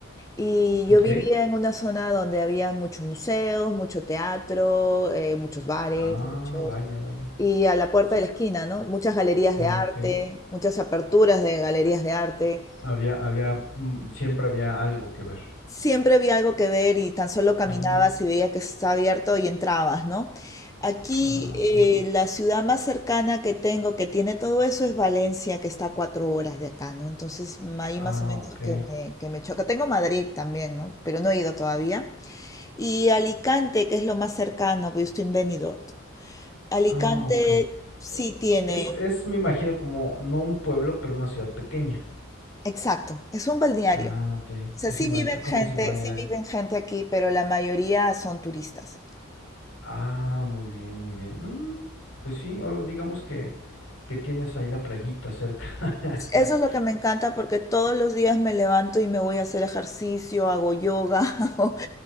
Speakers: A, on the left; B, on the left.
A: Y
B: ok.
A: yo vivía en una zona donde había muchos museos, mucho teatro, eh, muchos bares,
B: Ah,
A: muchos...
B: vaya, vaya.
A: Y a la puerta
B: Sí,
A: de la esquina, ¿no? Muchas galerías
B: ah,
A: de arte,
B: ok.
A: muchas aperturas de galerías de arte.
B: Había, había, mm, siempre había algo que ver.
A: Siempre había algo que ver y tan solo caminabas
B: Mm,
A: y veía que estaba abierto y entrabas, ¿no? Aquí
B: ah,
A: eh,
B: ok.
A: la ciudad más cercana que tengo que tiene todo eso es Valencia, que está a cuatro horas de acá, ¿no? Entonces ahí
B: Ah,
A: más o menos
B: ok.
A: que me, que me choca. Tengo Madrid también, ¿no? Pero no he ido todavía. Y Alicante, que es lo más cercano, porque yo estoy en Benidorm. Alicante
B: Ah, ok. Eh,
A: sí tiene,
B: es, es, me imagino, como no un pueblo, pero una ciudad pequeña.
A: exacto, es un balneario.
B: Ah, ok.
A: O sea,
B: Es
A: sí
B: un
A: viven
B: balneario. ¿Cómo
A: gente,
B: dices balneario?
A: sí viven gente aquí, pero la mayoría son turistas.
B: Ah, muy bien, muy bien. Mm, pues sí, o digamos que, que tienes ahí la playita cerca.
A: Eso
B: <laughs>
A: es lo que me encanta porque todos los días me levanto y me voy a hacer ejercicio, hago yoga, <laughs>